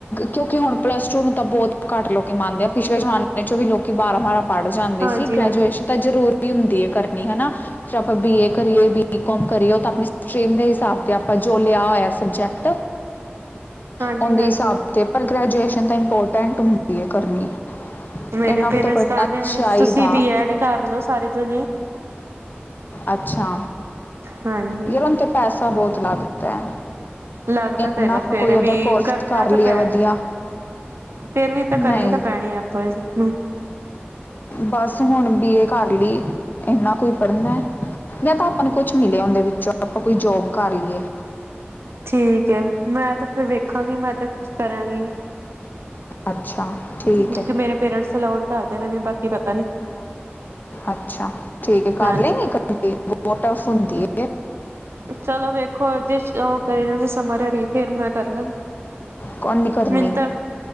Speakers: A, on the left; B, on the right.
A: ਕਿਉਂਕਿ ਹੁਣ ਪਲੱਸ ਟੂ ਨੂੰ ਤਾਂ ਬਹੁਤ ਘੱਟ ਲੋਕੀ ਮੰਨਦੇ ਆ ਪਿਛਲੇ ਜ਼ਮਾਨੇ ਚੋਂ ਵੀ ਲੋਕੀ ਬਾਰਾਂ, ਬਾਰਾਂ ਪੜ੍ਹ ਜਾਂਦੇ
B: ਹਾਂਜੀ
A: ਸੀ ਗ੍ਰੈਜੂਏਸ਼ਨ
B: ਹਾਂ
A: ਤਾਂ ਜ਼ਰੂਰੀ ਹੁੰਦੀ ਹੈ ਕਰਨੀ ਹਨਾ। ਫਿਰ ਆਪਾਂ ਬੀ ਏ ਕਰੀਏ ਬੀਈ ਕੌਮ ਕਰੀਏ ਤਾਂ ਆਪਣੀ ਸਟਰੀਮ ਦੇ ਹਿਸਾਬ ਤੇ ਆਪਾਂ ਜੋ ਲਿਆ ਹੋਇਆ ਸਬਜੈਕਟ।
B: ਹਾਂਜੀ
A: ਉਹਦੇ
B: ਹਾਂਜੀ
A: ਹਿਸਾਬ ਤੇ ਪਰ ਗ੍ਰੈਜੂਏਸ਼ਨ ਤਾਂ ਇੰਪੋਰਟੈਂਟ ਹੁੰਦੀ ਹੈ ਕਰਨੀ।
B: ਮੇਰੇ
A: ਇੰਨਾ ਕੁ
B: ਪਰੇਟੈਸ
A: ਤਾਂ ਪੜ੍ਹਨਾ
B: ਕਹਿੰਦੇ
A: ਚਾਹੀਦਾ
B: ਤੁਸੀਂ ਬੀ ਐਡ ਕਰਲੋ ਸਾਰੇ ਜਾਣੇ।
A: ਅੱਛਾ
B: ਹਾਂਜੀ।
A: ਯਾਰ ਉਹ ਤੇ ਪੈਸਾ ਬਹੁਤ ਲੱਗਦਾ ਹੈ।
B: ਲੱਗਦਾ ਤਾਂ
A: ਇੰਨਾ
B: ਹੈਗਾ
A: ਆਪਾਂ
B: ਫੇਰ
A: ਕੋਈ ਉਹਦਾ
B: ਵੀ
A: ਕੋਰਸ
B: ਕਰਨਾ
A: ਕਰ ਲਈਏ
B: ਤਾਂ ਪੈਣੀ।
A: ਵਧੀਆ
B: ਫੇਰ ਵੀ ਇਹ ਤਾਂ
A: ਨਹੀਂ
B: ਕਰਨੀ ਤਾਂ ਪੈਣੀ ਆਪਾਂ ਨੂੰ।
A: ਬਸ ਹੁਣ ਬੀ ਏ ਕਰ ਲਈ ਇਨਾ ਕੁ ਹੀ ਪੜ੍ਹਨਾ ਜਾਂ ਤਾਂ ਆਪਾਂ ਨੂੰ ਕੁਛ ਮਿਲਿਆ ਉਹਦੇ ਵਿੱਚੋਂ ਆਪਾਂ ਕੋਈ ਜੋਬ ਕਰ ਲਈਏ।
B: ਠੀਕ ਹੈ ਮੈਂ ਤਾਂ ਫਿਰ ਵੇਖਾਂਗੀ ਮੈਂ ਤਾਂ ਕੁਛ ਕਰਾਂਗੀ।
A: ਅੱਛਾ ਠੀਕ
B: ਕਿਉਂਕਿ
A: ਹੈ।
B: ਮੇਰੇ ਪੇਰੈਂਟਸ ਅਲਾਉਡ ਕਰਦੇ ਨੇ ਬਾਕੀ ਪਤਾ ਨੀ।
A: ਅੱਛਾ ਠੀਕ ਹੈ ਕਰ
B: ਹਾਂਜੀ
A: ਲੈ ਗਈ ਇੱਕਲੀ ਬਹੁਤ ਟਫ ਹੁੰਦੀ ਹੈ।
B: ਚਲੋ ਵੇਖੋ ਅਜੇ ਉਹ ਕਰ ਜਾਣਗੇ ਸਮਰ ਫੇਰ ਮੈਂ ਕਰ ਲੈ
A: ਕੌਣ ਨਹੀਂ ਕਰਨੀ
B: ਮਿੰਨਤਾਂ